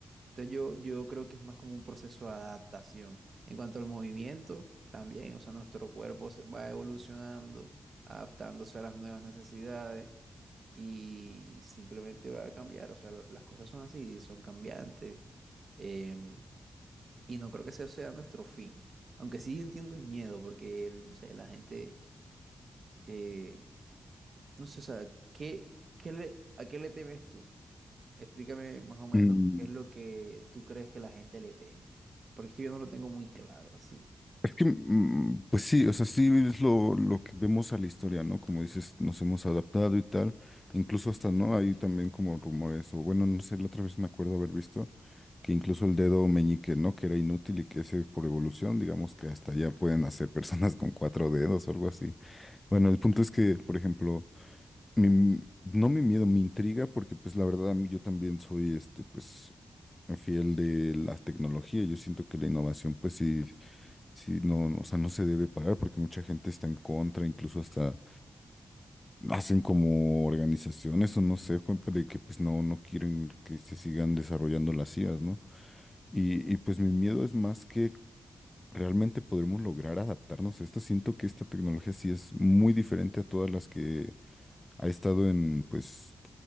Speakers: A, on the right; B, on the left.
A: Entonces yo, yo creo que es más como un proceso de adaptación. En cuanto al movimiento, también, o sea, nuestro cuerpo se va evolucionando, adaptándose a las nuevas necesidades y simplemente va a cambiar. O sea, la- las cosas son así, son cambiantes. em, y no creo que ese sea nuestro fin. Aunque sí entiendo el miedo, porque, el- no sé, la gente, eh, no sé, o sea, ¿qué, qué le, ¿a qué le temes tú? Explícame más o menos
B: Mm,
A: qué es lo que tú crees que la gente le teme. Porque es que yo no lo tengo muy claro así.
B: Es que, mm, pues sí, o sea, sí es lo, lo que vemos a la historia, ¿no? Como dices, nos hemos adaptado y tal. Incluso hasta, ¿no? Hay también como rumores, o bueno, no sé, la otra vez me acuerdo haber visto que incluso el dedo meñique, ¿no? Que era inútil y que ese por evolución, digamos que hasta ya pueden hacer <laughs> personas con cuatro dedos o algo así. Bueno, el punto es que, por ejemplo, mi- no mi miedo, mi intriga, porque pues la verdad a mí yo también soy este, pues, fiel de la tecnología. Yo siento que la innovación, pues sí, sí, no, no, o sea, no se debe parar porque mucha gente está en contra, incluso hasta hacen como organizaciones o no sé, como de que pues no, no quieren que se sigan desarrollando las CIAs, ¿no? Y, y pues mi miedo es más que realmente podremos lograr adaptarnos a esta. Siento que esta tecnología sí es muy diferente a todas las que ha estado en, pues,